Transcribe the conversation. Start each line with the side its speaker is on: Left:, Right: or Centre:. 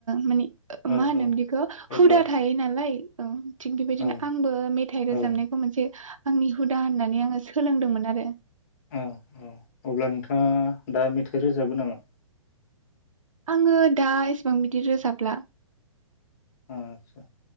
Right: माने मा
Left: औ
Right: होनोम
Left: औ
Right: बिखौ
Left: अब्ला
Right: हुदा थायो नालाय औ थिग बेबायदिनो
Left: औ
Right: आंबो मेथाइ रोजाबनायखौ
Left: औ
Right: मोनसे आंनि हुदा होननानै आङो सोलोंदोंमोन आरो
Left: औ औ अब्ला नोंथाङा दा मेथाइ रोजा बो नामा?
Right: आङो दा एसेबां बिदि रोजाबला
Left: आदसा